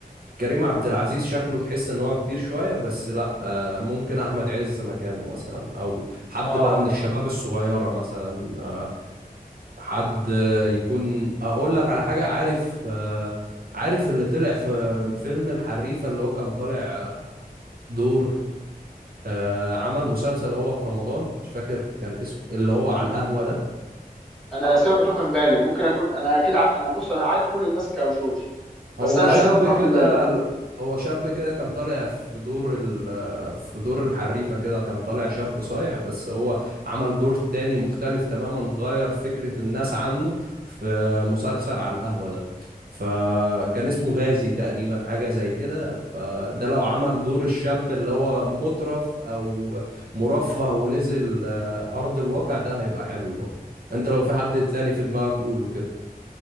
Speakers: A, on the right; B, in the centre.
A: كريم عبد العزيز شكله تحس ان هو كبير شويه بس لا آه، ممكن احمد عز مكانه مثلا او حد
B: اه
A: بقى من الشباب الصغيره مثلا آه، حد آه، يكون اقول لك على حاجه عارف آه، عارف اللي طلع في فيلم الحريفه اللي هو كان طالع آه، دور آه، عمل مسلسل هو في رمضان مش فاكر كان اسمه اللي هو على القهوه ده
B: انا الاسماء بتروح من بالي ممكن اكون انا اكيد ع- انا بص انا عارف كل الناس كوشوش
A: هو
B: بس انا الاسماء
A: شاب
B: بتروح
A: كده
B: من بالي
A: هو شاب كده كان طالع في دور ال... في دور الحريفة كده كان طالع شاب صايع بس هو عمل دور تاني مختلف تماما غير فكرة الناس عنه في مسلسل على القهوة ده فكان اسمه غازي تقريبا حاجة زي كده فده
B: م- م.
A: لو عمل دور الشاب اللي هو مترف أو مرفه ونزل آه، أرض الواقع ده هيبقى حلو برضه انت لو في حد تاني في دماغك قوله كده